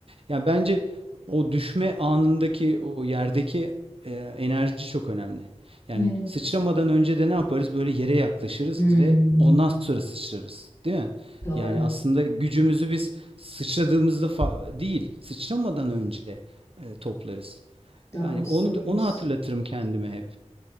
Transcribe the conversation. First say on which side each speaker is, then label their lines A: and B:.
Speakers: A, on the right (about 50°); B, on the left (about 25°).
A: Ya bence o düşme anındaki o yerdeki e, enerji çok önemli. Yani
B: Evet.
A: sıçramadan önce de ne yaparız? Böyle yere yaklaşırız
B: Hmm.
A: ve ondan sonra sıçrarız, değil mi?
B: Doğru.
A: Yani aslında gücümüzü biz sıçradığımızda fa- değil, sıçramadan önce e, toplarız.
B: Doğru
A: Yani onu
B: söylüyorsun.
A: onu hatırlatırım kendime hep.